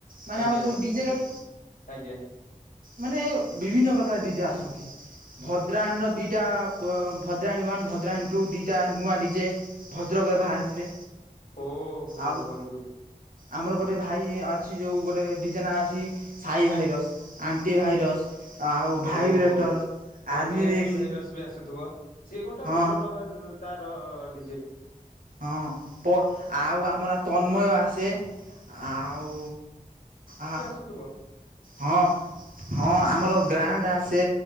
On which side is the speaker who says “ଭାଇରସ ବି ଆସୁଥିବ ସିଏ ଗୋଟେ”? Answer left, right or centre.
Left